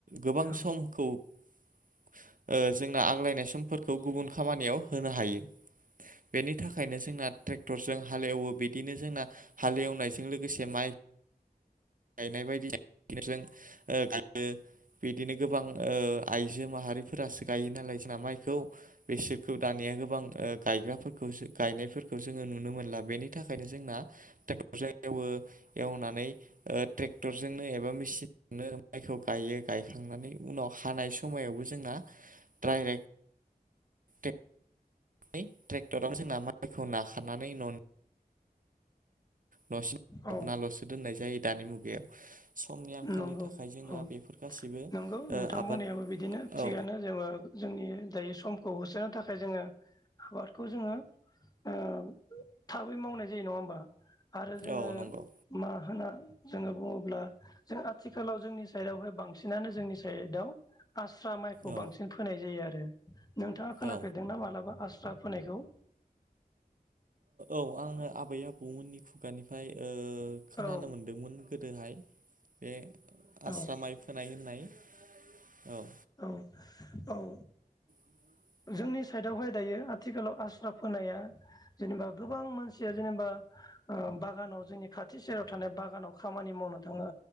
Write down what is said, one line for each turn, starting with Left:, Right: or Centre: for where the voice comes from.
Right: गोबां
Left: औ
Right: समखौ ओ जोंना आग्लायनाय समफोरखौ गुबुन खामानियाव होनो हायो। बेनि थाखायनो जोंना ट्रेक्टरजों हालेवो बिदिनो जोंना हालेवनायजों लोगोसे माइ <inaudible> गायनाय बायदि <unintelligible> फोरजों ओगायो बिदिनो गोबां ओ आइजो माहारिफोरासो गायो नालाय जोंना माइखौ बेसोरखौ दानिया गोबां ओ गायग्राफोर खौसो गायनायफोरखौस जोङो नुनो मोनला बेनि थाखायनो जोंना ट्रेक्टरजों एवो एवनानै ओ ट्रेक्टर टरजोंनो एबा मेचिननो बेखौ गायो गायखांनानै उनाव हानाय स समायावबो जोंना ड्राइरेक्ट टेक नै ट्रेक्टराव जोंना माइखौ नाखानानै न' न'सिम <unintelligible>
Left: औ
Right: बनाल'सो दोननाय जायो दानि मुगायाव समनि आंखालनि
Left: नंगौ
Right: थाखाय जोंना
Left: औ
Right: बेफोर गासैबो
Left: नोंगौ
Right: ओ
Left: नोंथां
Right: आबाद
Left: बुंनायाबो बिदिनो थिगानो
Right: औ
Left: जोङो जोंनि दायो समखौ होसोनो थाखाय जोङो आबादखौ जोङो ओ थाबै मावनाय जायो नङा होमबा? आरो जोंङो
Right: औ नंगौ
Left: मा होनना जोंङो बुंङोब्ला जों आथिखालाव जोंनि साइडआवहाय बांसिनानो जोंनि साइडआव। आस्रा माइखौ
Right: औ
Left: बांसिन फोनाय जायो आरो। नोंथाङा खोनाफेरदोंना
Right: औ
Left: मालाबा आस्रा फोनायखौ
Right: औ आङो आबै - आबौमोननि खुगानिफ्राय खोनानो
Left: औ
Right: मोनदोंमोन गोदोहाय बे
Left: औ
Right: आस्रा माइ फोनाय होननाय। औ।
Left: औ -औ।
Right: <inaudible>
Left: जोंनि साइडआवहाय दायो आथिखालाव आस्रा फोनाया जेनेबा गोबां मानसिया जेनेबा। बागानाव जोंनि खाथि सेराव थानाय बागानाव खामानि मावनो थाङो।